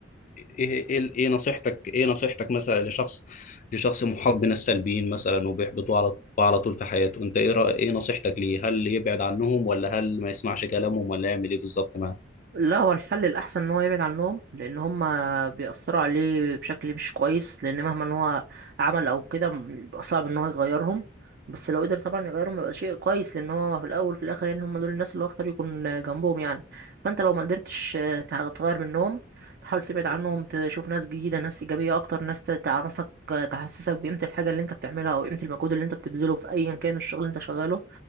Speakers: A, on the left; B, on the right.
A: ايه ايه ايه نصيحتك ايه نصيحتك مثلا لشخص لشخص محاط من السلبيين مثلا وبيحبطوا على على طول في حياته انت ايه رأ- ايه نصيحتك ليه هل يبعد عنهم ولا هل ما يسمعش كلامهم ولا يعمل ايه بالظبط معاه
B: لا هو الحل الأحسن إن هو يبعد عنهم لأن هما بيأثروا عليه بشكل مش كويس لأن مهما إن هو عمل أو كده م- بيبقى صعب إن هو يغيرهم بس لو قدر طبعا يغيرهم يبقى شيء كويس لأن هو في الأول وفي الآخر يعني هما دول الناس اللي هو اختار يكون جنبهم يعني فأنت لو ما قدرتش آه، تع- تغير منهم تحاول تبعد عنهم تشوف ناس جديدة ناس إيجابية أكتر ناس ت- تعرفك آه، تحسسك بقيمة الحاجة اللي أنت بتعملها أو قيمة المجهود اللي أنت بتبذله في أيا كان الشغل اللي أنت شغاله